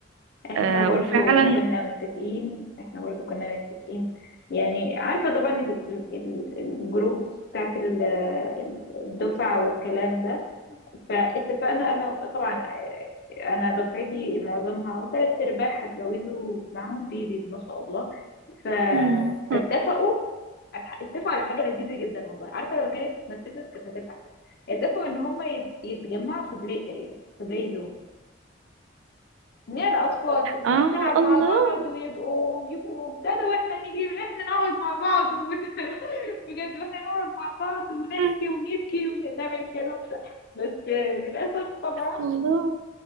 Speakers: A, on the left; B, on the right.
A: احنا
B: آه
A: برضو
B: وفعلا
A: كنا متفقين احنا برضو كنا متفقين يعني عارفة طبعا الجروب بتاعت ال- الجروبس بتاعت ال- الدفعة والكلام ده فاتفقنا انا طبعا آه، انا دفعتي معظمها او تلات ارباع هتجوزوا معاهم بيبيز ما شاء الله ف...
B: مم.
A: فاتفقوا اتفقوا على حاجه لذيذه جدا والله عارفه لو كانت اتنفذت كانت هتبقى احلى اتفقوا ان هم يتجمعوا في بلاي اريا في بلاي زون ان هي الاطفال ت- ت-
B: اه
A: تلعب
B: الله
A: مع بعض ويبقوا يبقوا ابتدوا واحنا نيجي واحنا نقعد مع بعض ون... <laughs> بجد واحنا نقعد مع بعض ونحكي
B: مم.
A: ونبكي ونعمل الكلام ده بس آه، للاسف طبعا
B: الله